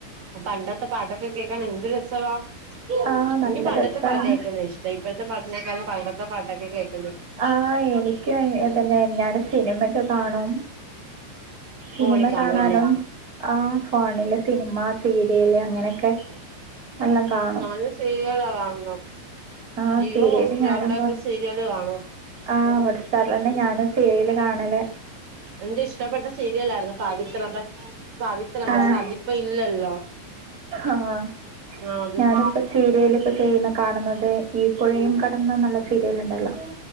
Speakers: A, on the right (about 45°); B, on the right (about 25°).
A: പണ്ടത്തെ പാട്ടൊക്കെ കേക്കാൻ എന്ത് രസവാ.
B: ആഹ്
A: എനിക്ക്
B: നല്ല
A: പണ്ടത്തെ
B: രസാണ്.
A: പാട്ട് കേൾക്കുന്നത് ഇഷ്ടം ഇപ്പഴത്തെ പാട്ടിനേക്കാളും പണ്ടത്തെ പാട്ടൊക്കെ കേക്ക
B: ആഹ് എനിക്കും അതന്നെ ഞാന് സിനിമെക്കെ കാണും സിനിമ
A: ഫോണിൽ കാണുവല്ലേ
B: കാണാനും ആഹ് ഫോണില് സിനിമ സീരിയല് അങ്ങനെയൊക്കെ എല്ലാം കാണും.
A: ഞാന് സീരിയലാ കാണുന്നു
B: ആഹ്
A: ജിയോ
B: സീരിയല്
A: ഹോട്ട്സ്റ്റാറിൻ്റാത്ത്
B: ഞാനും കാണും.
A: സീരിയല് കാണും
B: ആഹ് ഓട ഹോട്ട്സ്റ്റാറലന്നെ ഞാനും സീരിൽ കാണലേ
A: എന്റെ ഇഷ്ടപ്പെട്ട സീരിയലയിരുന്നു പാ ത്ര പാവിത്രം
B: ആഹ്
A: പക്ഷെ അതിപ്പ ഇല്ലല്ലോ
B: ആഹ്
A: ആ അത്
B: ഞാനിപ്പ ചെ സീരിയലിപ്പ ചെയ്യുന്ന കാണുന്നത് ഈ പുഴയും കടന്ന്ന്നുള്ള സീരിയൽ ഉണ്ടല്ലോ